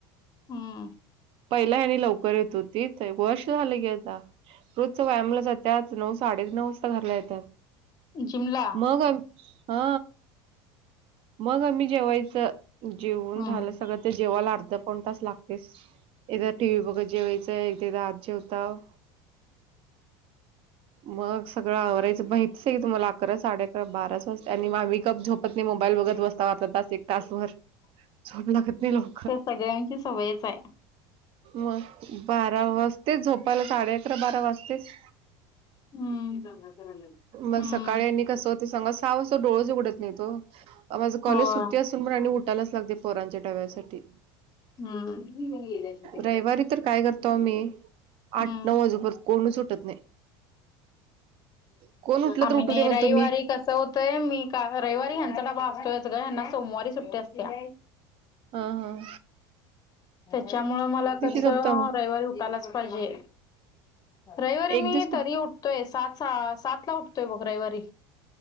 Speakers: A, on the left; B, on the right.
A: हम्म.
B: पहिला आणि आणि लवकर येत होती वर्ष झालं की आता. रोजचं व्यायामला जात्यात, नऊ साडे नऊ वाजता घरला येतात.
A: जिमला
B: मग ह मग आम्ही जेवायचं जेवून
A: हम्म
B: झालं सगळं तर जेवायला अर्ध पाऊण तास लागतेस एकदा टीवी बघत जेवायचंय एकेकदा आत जेवताव. मग सगळं आवरायचं माहीतच आहे तुम्हाला अकरा साडे अकरा बाराच वाजते, आणि मग मी गप झोपत नाही. मोबाईल बघत बसताव आता तास एक तास भर झोप लागत नाही लव
A: ते सगळ्यांची सवयच आहे.
B: मग बारा वाजतेच झोपायला साडे अकरा बारा वाजतेच.
A: हम्म
B: मग
A: हम्म
B: सकाळी आणि कस होते सांग सा वाजता डोळच उघडत नाही हो. माझं कॉलेज
A: होय
B: सुट्टी असून पण आणि उठायलाच लागते पोरांच्या डब्यासाठी.
A: हम्म.
B: रविवारी तर काय करतो आम्ही, आठ
A: हम्म.
B: नऊ वाजू पर्यंत कोणच उठत नाही. कोण उठलं
A: आम्ही
B: तर उठू
A: नाही
B: दे म्हणतो
A: रविवारी
B: मी
A: कस कसं होतंय, मी का रविवारी ह्यांचा डबा असतोय गं हेना सोमवारी सुट्टी असत्या.
B: हां हां.
A: त्याच्यामुळं मला कसं,
B: झोपता मग?
A: रविवारी उठायलाच पाहिजे. रविवारी
B: एक
A: मी
B: दिवस कुठ
A: तरी, उठतोय सात सात ला उठतोय बघ रविवारी.